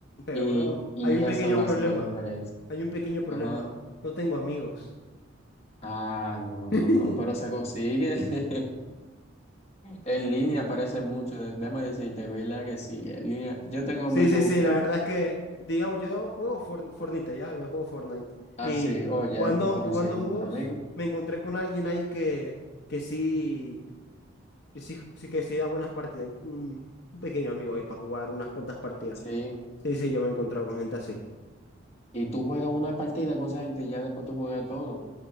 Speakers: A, on the left (about 55°); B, on the left (about 30°).
A: Pero,
B: Y,
A: bro,
B: y
A: hay un
B: eso
A: pequeño
B: lo
A: problema.
B: hace la diferencia.
A: Hay un pequeño problema.
B: Ajá.
A: No tengo amigos.
B: Ah, no,
A: <laughs>
B: no, no, pero se consigue. <laughs> En línea aparece mucho, de- déjame decirte, verdad que sí, en línea. Yo tengo
A: Sí,
B: amigos,
A: sí, sí,
B: uff,
A: la verdad es que, digamos, yo juego For- Fortnite, ya, yo juego Fortnite.
B: así,
A: Y
B: oye,
A: jugando,
B: ahí tú conoces
A: jugando dúos,
B: muchos amigos,
A: me encontré con alguien ahí que, que sí, que sí, sí que sí da buenas partidas. Un, un pequeño amigo ahí para jugar unas cuantas partidas.
B: sí.
A: Sí, sí, yo me he encontrado con gente así.
B: Y tú juegas una partida con esa gente y ya después tú juegas todo.